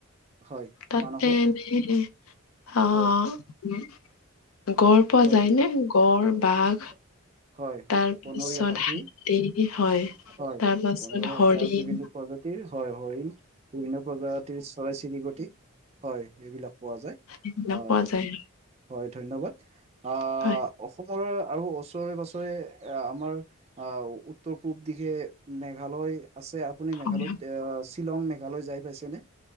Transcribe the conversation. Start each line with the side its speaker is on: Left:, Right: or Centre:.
Right: হয়
Left: তাতে
Right: মানসত
Left: এনে হেৰি আহ
Right: হয়
Left: উম, গড় পোৱা
Right: হয়
Left: যায় নে গড়, বাঘ।
Right: <inaudible> হয়
Left: তাৰপিছত
Right: বনৰীয়া হাতী,
Left: হয়।
Right: হয়,
Left: তাৰপাছত
Right: বনৰীয়া
Left: হৰিণ
Right: হাতী, আৰু বিভিন্ন প্ৰজাতিৰ হয় হৰিণ, হৰিন প্ৰজাতিৰ, চৰাই চিৰিকটি। হয়, এইবিলাক পোৱা যায়,
Left: এইবিলাক
Right: আ
Left: পোৱা যায়
Right: হয়, ধন্যবাদ, আ
Left: হয়,
Right: অসমৰ আৰু বছৰে বছৰে আমাৰ আ উত্তৰ পূব দিশে মেঘালয় আছে, আপুনি
Left: হয়।
Right: মেঘালয়ত এ শ্বিলং, মেঘালয় যাই পাইছেনে?